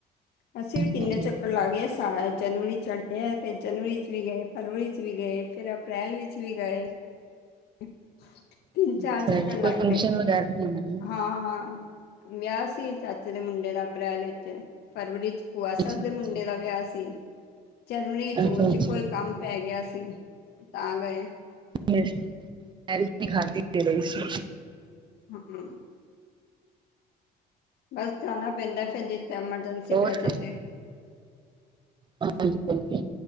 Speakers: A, on the left (about 70°); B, on the right (about 30°).
A: ਅਸੀਂ ਵੀ ਕਿੰਨੇ
B: ਹਾਂਜੀ
A: ਚੱਕਰ। ਚੱਕਰ ਲਾ ਗਿਆ ਸਾਰੇ 'ਚ ਜਨਵਰੀ ਚੜਿਆ ਤੇ ਜਨਵਰੀ 'ਚ ਵੀ ਗਏ, ਫਰਵਰੀ 'ਚ ਵੀ ਗਏ ਫਿਰ ਆਪਾਂ। ਅਪ੍ਰੈਲ ਵਿੱਚ ਵੀ ਗਏ। ਹੂੰ ਤਿੰਨ
B: ਅੱਛਾ
A: ਚਾਰ ਚੱਕਰ ਲੱਗ
B: ਕੋਈ ਫੰਕਸ਼ਨ
A: ਗਏ
B: ਵਗੈਰਾ ਹੋਣਾ ਹੈ
A: ਹਾਂ। ਵਿਆਹ ਸੀ ਚਾਚੇ ਦੇ ਮੁੰਡੇ ਦਾ ਅਪ੍ਰੈਲ ਵਿੱਚ। ਫਰਵਰੀ 'ਚ ਭੂਆ
B: ਅੱਛਾ
A: ਸੱਸ ਦੇ ਮੁੰਡੇ
B: ਅੱਛਾ
A: ਦਾ ਵਿਆਹ ਸੀ। ਜਨਵਰੀ 'ਚ
B: ਅੱਛਾ
A: ਉਂਝ
B: ਅੱਛਾ
A: ਕੋਈ ਕੰਮ। ਪੈ ਗਿਆ ਸੀ ਤਾਂ ਗਏ।
B: ਮੈਂ ਖਾਂਦੀ ਪਈ ਸੀ।
A: ਹੂੰ। ਬਸ ਜਾਣਾ ਪੈਂਦਾ ਫੇਰ ਜਿੱਥੇ ਐਮਰਜੈਂਸੀ
B: ਬਹੁਤ
A: ਪੈ ਜੇ ਤੇ।
B: ਹਾਂਜੀ ਹਾਂਜੀ